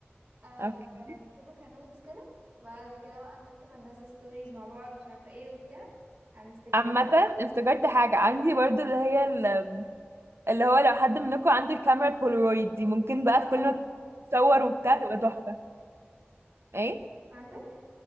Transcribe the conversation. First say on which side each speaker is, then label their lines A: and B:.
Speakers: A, on the right (about 20°); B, on the right (about 70°).
A: آه
B: <laughs> اوكي
A: نكتبه كنوتس كده وبعد كده بقى نرتب هننزل ستوريز مع بعض مش عارفه ايه وبتاع على انستجرام
B: عامة افتكرت حاجة عندي برضو اللي هي ال- اللي هو لو حد منكم عنده الكاميرا البولارويد دي ممكن بقى
A: اه
B: في كل مكان تصور
A: انت
B: وبتاع
A: عندك
B: تبقى تحفة ايه
A: عندك